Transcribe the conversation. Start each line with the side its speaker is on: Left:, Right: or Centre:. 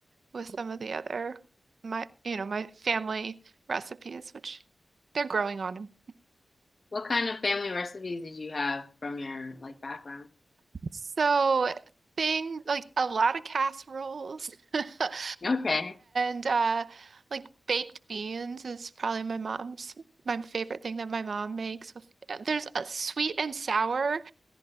Right: with some of the other my, you know, my family recipes, which they're growing on him.
Left: What kind of family recipes did you have from your like background?
Right: So thing like a lot of casseroles, <laughs> yeah,
Left: Okay.
Right: and uh, like baked beans is probably my mom's my favorite thing that my mom makes with there's a sweet and sour.